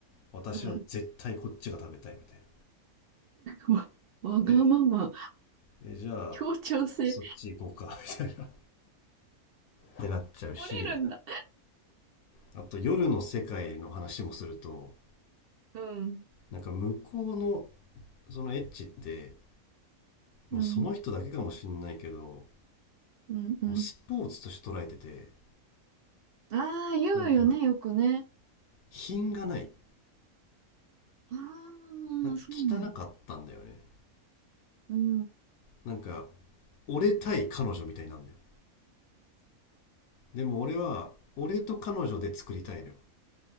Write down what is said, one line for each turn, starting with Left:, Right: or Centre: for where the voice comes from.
Left: 私は絶対こっちが食べたいみたいな。
Right: うん。わ、わがまま。
Left: え、えじゃあ
Right: 協調性。
Left: そっち行こうか、みたいな。<laughs> ってなっちゃうし、
Right: 折れるんだ。
Left: あと夜の世界の話もすると、
Right: うん。
Left: なんか向こうのそのエッチって、もうその人だけかもしんないけど、
Right: うん。うんうん。
Left: もうスポーツとして捉えてて、
Right: ああ、言うよね、
Left: なんか
Right: よくね。
Left: 品がない。
Right: ああ、
Left: なんか汚かったんだよね。
Right: そうなんだ。うん。う
Left: なんか俺対彼女みたいになるんだよでも俺は俺と彼女で作りたいのよ